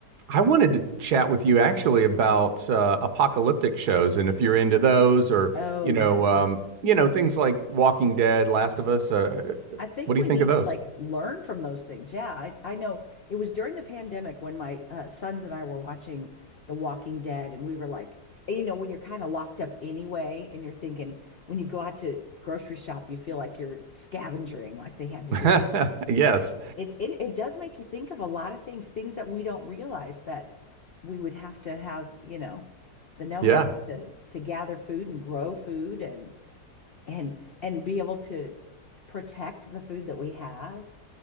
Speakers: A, on the right; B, on the left.
A: I wanted to chat with you actually about uh apocalyptic shows and if you're into those or,
B: Oh,
A: you
B: yeah.
A: know, um you know, things like Walking Dead, Last of Us, uh
B: I think
A: what
B: we
A: do you think
B: need
A: of those?
B: to like learn from those things. Yeah, I, I know it was during the pandemic when my uh, sons and I were watching The Walking Dead, and we were like, and, you know, when you're kind of locked up anyway, and you're thinking, when you go out to grocery shop, you feel like you're scavenging like they had to
A: <laughs>
B: do.
A: Yes.
B: It's in, it does make you think of a lot of things, things that we don't realize that we would have to have, you know, the know-how
A: Yeah.
B: to to gather food and grow food and and and be able to protect the food that we have.